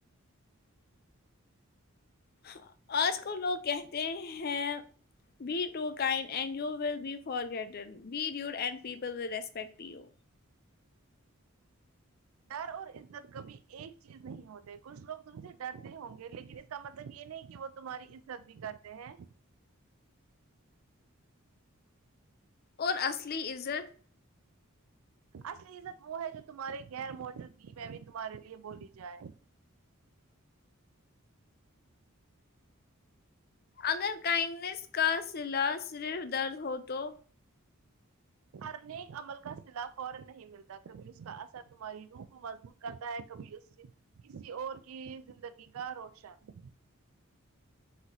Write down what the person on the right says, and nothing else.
ڈر اور عزت کبھی ایک چیز نہیں ہوتے کچھ لوگ تم سے ڈرتے ہوں گے لیکن اس کا مطلب یہ نہیں کہ وہ تمہاری عزت بھی کرتے ہیں
اصلی عزت وہ ہے جو تمہارے غیر موجودگی میں بھی تمہارے لیے بولی جائے
ہر نیک عمل کا صلاح فورا نہیں ملتا کبھی اس کا اثر تمہاری روح کو مضبوط کرتا ہے کبھی اس کسی اور کی زندگی کا روشن